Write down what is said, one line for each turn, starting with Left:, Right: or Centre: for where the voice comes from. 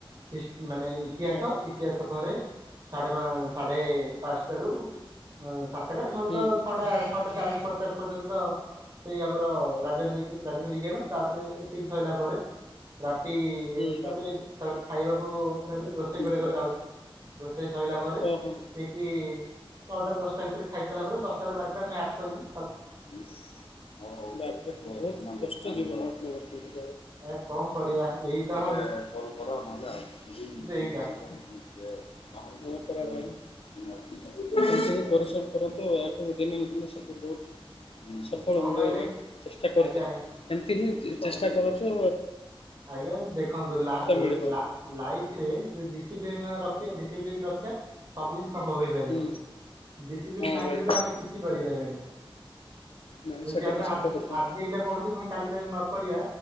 Right: ହିସ୍ ମାନେ ଇତିହାସ
Left: ହଁ
Right: ଇତିହାସ ପରେ ସାଢ଼େ ସାଢ଼େ ପାଞ୍ଚଟାରୁ ସାତଟା ନହେଲେ
Left: ହୁଁ
Right: ତ
Left: ହୁଁ
Right: ଛଅଟା ଛଅଟା ଚାଳିଶା ପଚାଶ ପର୍ଯ୍ୟନ୍ତ ସେଇ ଆମର ରାଜନୀତି ରାଜନୀତି ବିଜ୍ଞାନ ତାପରେ ଏତିକି ସରିଲା ପରେ ରାତ୍ ତି
Left: ହୁଁ
Right: ତାପରେ ତାପରେ ଖାଇବାକୁ ମାନେ ରୋଷେଇ କରିବାକୁ
Left: ଭାଇ।
Right: ଯାଉଛି ରୋଷେଇ ସରିଲା ପରେ ଠିକ
Left: ଓହୋ।
Right: ନଅଟାରୁ ଦଶଟା ଖାଇସାରା ପରେ ଦଶଟାରୁ ବାରଟା ମ୍ୟାଥ କରିବି
Left: <inaudible>
Right: ଆ କଣ କରିବା ଏଇ ତ ଆମ୍
Left: <unintelligible> କଠିନ ପରିଶ୍ରମ
Right: ଏଇଟା
Left: କରନ୍ତୁ ଆଠୁ ଦିନକୁ ଦିନ ସବୁ ବହୁତ ସଫଳ
Right: କଣ
Left: ମିଳିବା
Right: କହିଲେ
Left: ପାଇଁ ଚେଷ୍ଟା କରିଥା
Right: ଆଜ୍ଞା
Left: ଏମତି ହିଁ ଚେଷ୍ଟା କରୁଛୁ
Right: ଆଜ୍ଞା ଦେଖନ୍ତୁ ଲା
Left: ମିଳିବ।
Right: ଲା ଲାଇଫରେ ଯୋଉ ଡିସପ୍ଲିନ୍ ଡିସପ୍ଲିନ୍ ରଖିବା ଡିସପ୍ଲିନ୍ ରଖିବା ସବୁ କିଛି ସମ୍ଭବ ହୋଇପାରିବ
Left: ହୁଁ
Right: ଡିସିପ୍ଲିନ
Left: ହଁ
Right: ଭାଙ୍ଗିଦେଲେ
Left: ଭାଇ
Right: ଆମେ କିଛି କରିପାରିବାନି।
Left: ନାଇଁ
Right: ଯଦି
Left: ସେଟା
Right: ଆମେ
Left: ତ
Right: ଆଜି
Left: ସତ କଥା।
Right: ଆଜି ଏଇଟା ପଢୁଛେ ପୁଣି କାଲି ତା ନ କରିବା